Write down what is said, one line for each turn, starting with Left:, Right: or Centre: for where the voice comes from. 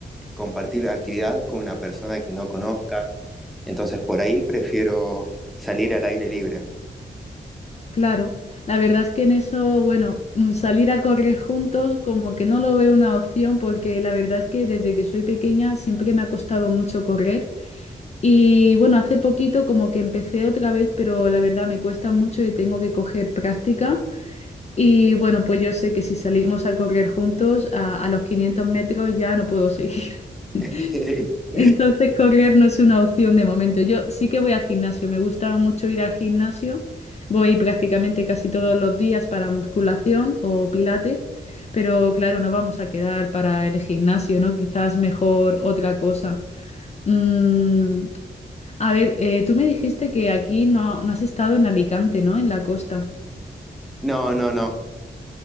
Centre: compartir actividad con una persona que no conozca. Entonces por ahí prefiero salir al aire libre.
Left: claro. La verdad es que en eso, bueno, mm, salir a correr juntos como que no lo veo una opción porque la verdad es que desde que soy pequeña siempre me ha costado mucho correr. Y bueno, hace poquito como que empecé otra vez, pero la verdad me cuesta mucho y tengo que coger práctica. Y bueno, pues yo sé que si salimos a correr juntos, a, a los 500 metros ya no puedo seguir. <laughs>
Centre: <laughs>
Left: Entonces, correr no es una opción de momento. Yo sí que voy al gimnasio, me gusta mucho ir al gimnasio. Voy prácticamente casi todos los días para musculación o pilates, pero claro, no vamos a quedar para el gimnasio, ¿no? Quizás mejor otra cosa. Mm, a ver, eh, tú me dijiste que aquí no, no has estado en Alicante, ¿no? En la costa.
Centre: No, no, no.